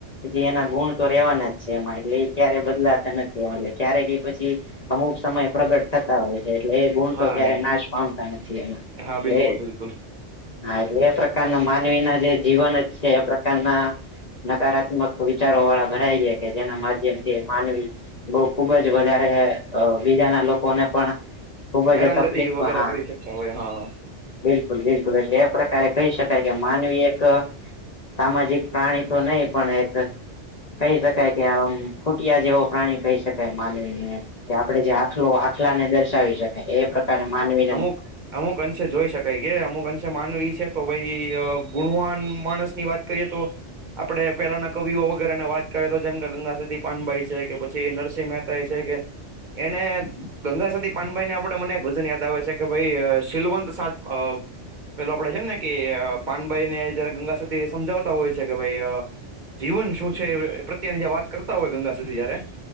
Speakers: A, on the left; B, on the right.
A: પ એના ગુણ તો રેવાના જ છે એમાં એટલે ક્યારેધા બદલા નથીત ક્યારેક પછી અમુક સમય પ્રગટ થતા હોય એટલે એ ગુણ
B: હા
A: તો ક્યારે
B: એમ
A: નાશ પામતા નથી એમાં
B: હા
A: એટલે
B: બિલકુલ બિલકુલ
A: હા એટલે એ પ્રકારના માનવી ના જે જીવન જ છે એ પ્રકારના નકારાત્મક વિચારો વાળા ભરાય ગયા કે જેના માધ્યમથી માનવી બઉ ખુબ જ વધારે બીજાના લોકોને પણ ખુબ
B: હેરાનગતિ
A: જ તકલીફ
B: વગેરે
A: હા
B: કરી શકતા હોય હા હા
A: બિલકુલ બિલકુલ એટલે એ પ્રકારે કહી શકાય કે માનવી એક સામાજિક પ્રાણી તો નહીિ પણ એક કહી શકાય કે આમ જેવો પ્રાણી કહી શકાય માનવીને કે આપડે જે આખલો આખલા ને દર્શાવી શકે એ પ્ર <inaudible>
B: અમુક અમુક અ જોઈ શકાય કે અમુક અંશે માનવી છે તો ભાઈ ગુણવાન માણસ ની વાત કરીએ તો આપડે પેલા ના કવિઓ વગેરેને વાત કરે તો જેમ કે ગંગા સદી પાનભાઈ છે કે પછી નરસિંહ મહેતા છે કે એને ગંગા સતી પાનભાઈ ને આપણેે મને ગજન યાદ બ છે કે ભાઈ શિલવંત સા પેલો આપડે છે ને કે પાનભાઈ ને જયારે ગંગા સાથે સમજાવતા હોય છે કે ભાઈ જીવન શું છે પ્રત્યેની વાત કરતા હોય ગંગા સુધી જયારે